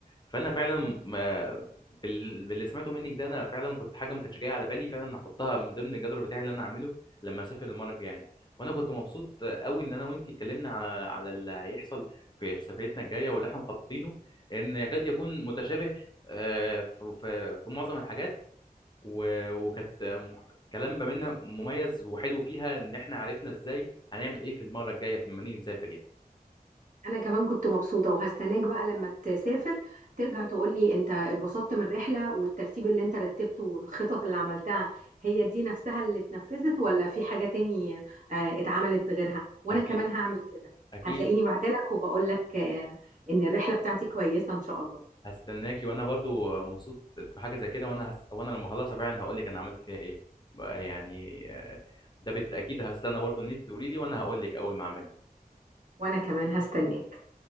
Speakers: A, on the left (about 30°); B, on the right (about 55°).
A: فانا فعلا بال- باللي سمعته منك ده انا فعلا كنت حاجه ما كانتش جايه على بالي فعلا هحطها من ضمن الجدول بتاعي اللي انا هعمله لما اسافر المره الجايه يعني وانا كنت مبسوط قوي ان انا وانت اتكلمنا على على اللي هيحصل في سفريتنا الجايه واللي احنا مخططينه ان يكاد يكون متشابه آه، في في في معظم الحاجات و- وكانت آم، كلام ما بيننا مميز وحلو فيها ان احنا عرفنا ازاي هنعمل ايه في المره الجايه لما نيجي نسافر يعني
B: انا كمان كنت مبسوطه وهستناك بقى لما تسافر ترجع تقولي انت اتبسطت من الرحله والترتيب اللي انت رتبته والخطط اللي عملتها هي دي نفسها اللي اتنفذت ولا في حاجه تاني آه، اتعملت غيرها وانا
A: اكيد
B: كمان هعمل كده
A: اكيد
B: هتلاقيني بعتلك وبقولك آه، ان الرحله بتاعتي كويسه ان شاء الله
A: هستناكي وانا برضو مبسوط بحاجه زي كده وانا هس... وانا لما اخلصها فعلا هقول لك انا عملت فيها ايه بقى يعني آه، ده بالتاكيد هستنى برضو ان انت تقولي لي وانا هقول لك اول ما اعملها
B: وانا كمان هستناك